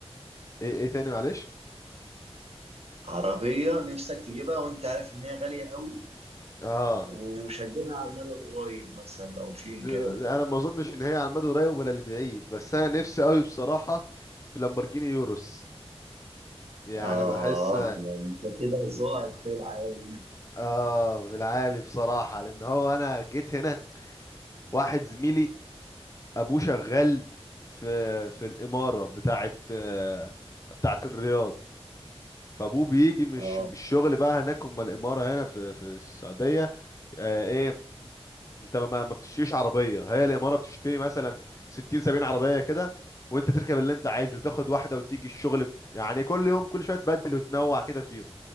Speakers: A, on the left; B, on the right.
A: ايه ايه تاني معلش
B: عربية نفسك تجيبها وانت عارف ان هي غالية قوي
A: اه
B: ومش هتجيبها على المدى القريب مثلا لو في
A: ل-
B: امكانية
A: انا ما اظنش ان هي على المدى القريب ولا البعيد بس انا نفسي قوي بصراحه في لامبورجيني يوروس يعني
B: اه
A: بحس
B: يعني انت كده ذوقك في العالي
A: اه في العالي بصراحة لان هو انا جيت هنا واحد زميلي ابوه شغال في في الإمارة بتاعت آه، بتاعت الرياض فابوه بيجي مش
B: اه
A: مش شغل بقى هناك اما الإمارة هنا في في السعودية آه، ايه انت ما ما بتشتريش عربية هي الإمارة بتشتري مثلا 60 70 عربية كده وانت تركب اللي انت عايزه وتاخد واحدة وتيجي الشغل يعني كل يوم كل شوية تبدل وتنوع كده فيهم